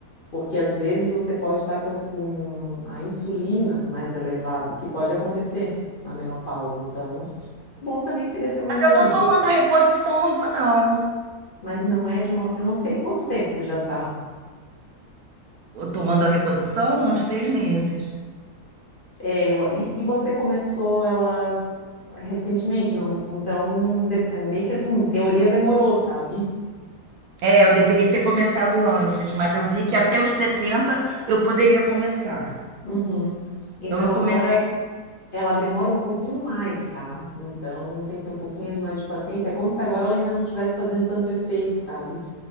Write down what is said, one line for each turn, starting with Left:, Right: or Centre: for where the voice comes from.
Left: Porque às vezes você pode estar com a com a insulina mais elevada, o que pode acontecer na menopausa. Então, bom também seria ter um
Right: Mas
Left: exame,
Right: eu tô tomando
Left: né?
Right: a reposição hormonal.
Left: Mas não é de uma. Eu não sei quanto tempo você já está.
Right: Eu tomando a reposição há uns seis meses.
Left: É, eu- e, e você começou ela recentemente, não? Então, de- é meio que assim, em teoria demorou, sabe?
Right: É, eu deveria ter começado antes, mas eu vi que até os 60 eu poderia começar.
Left: Uhum. Então
Right: Então eu
Left: agora
Right: comecei.
Left: ela demora um pouquinho mais, tá? Então tem que ter um pouquinho ali mais de paciência. É como se agora ela ainda não estivesse fazendo tanto efeito, sabe?